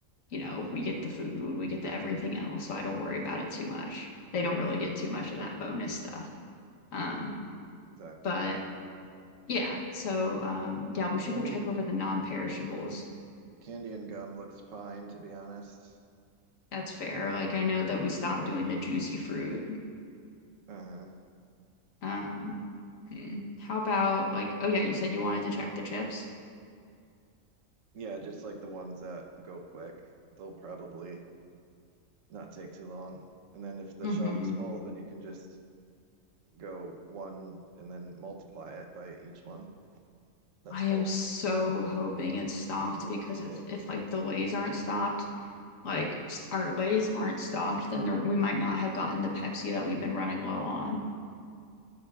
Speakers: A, on the left (about 75°); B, on the right (about 75°).
A: you know, we get the food, we get the everything else, so I don't worry about it too much. They don't really get too much of that bonus stuff, um,
B: Exactly.
A: but. Yeah. So, um, yeah, we should
B: Candy
A: go check
B: and
A: over the non-perishables.
B: candy and gum looks fine, to be honest.
A: That's fair.
B: That just
A: Like, I know that we stopped
B: that
A: doing
B: was
A: the
B: just
A: juicy fruit.
B: uh-huh.
A: Um, hmm. How about like, oh yeah, you said you wanted to check the chips.
B: Yeah, just like the ones that go quick. They'll probably not take too long. And then if the
A: hmm
B: shelf is full, then you can just go one and then multiply it by each one. That's
A: I
B: full.
A: am so hoping it's stocked
B: That's a good
A: because if
B: tip.
A: if like the Lays aren't stocked, like s- our Lays aren't stocked, then there, we might not have gotten the Pepsi that we've been running low on